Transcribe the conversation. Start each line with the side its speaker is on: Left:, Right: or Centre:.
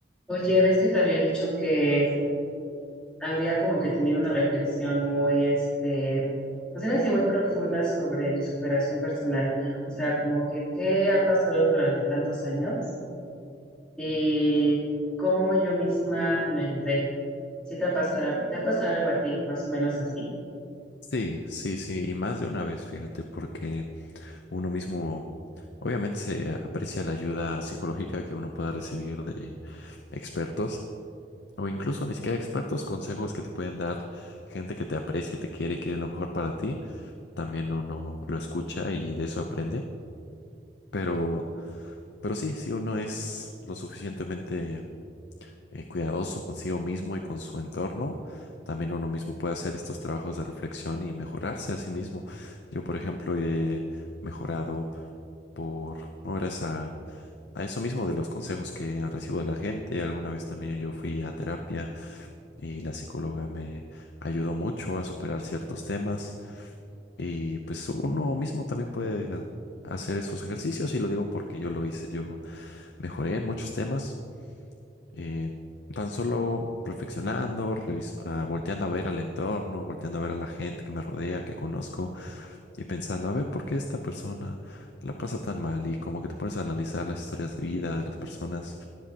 Centre: Oye, ves que te había dicho que había como que tenido una reflexión muy, este, pues era así muy profunda sobre mi superación personal. O sea, como que qué ha pasado durante tantos años y cómo yo misma me ayudé. ¿Sí te ha pasado, te ha pasado algo a ti, más o menos así?
Left: Sí, sí, sí, y más de una vez, fíjate, porque uno mismo, obviamente se aprecia la ayuda psicológica que uno pueda recibir de expertos, o incluso ni siquiera expertos, consejos que te pueden dar gente que te aprecia y te quiere y quiere lo mejor para ti, también uno lo escucha y de eso aprende, pero, pero sí, si uno es lo suficientemente eh, cuidadoso consigo mismo y con su entorno, también uno mismo puede hacer estos trabajos de reflexión y mejorarse a sí mismo. Yo, por ejemplo, he mejorado por, no, gracias a, a eso mismo de los consejos que recibo de la gente. Alguna vez también yo fui a terapia y la psicóloga me ayudó mucho a superar ciertos temas y pues uno mismo también puede... a- hacer esos ejercicios y lo digo porque yo lo hice, yo mejoré en muchos temas eh, tan solo reflexionando, revis- ah, volteando a ver al entorno, volteando a ver a la gente que me rodea, que conozco, y pensando, a ver, ¿por qué esta persona la pasa tan mal? Y como que te pones a analizar las historias de vida de las personas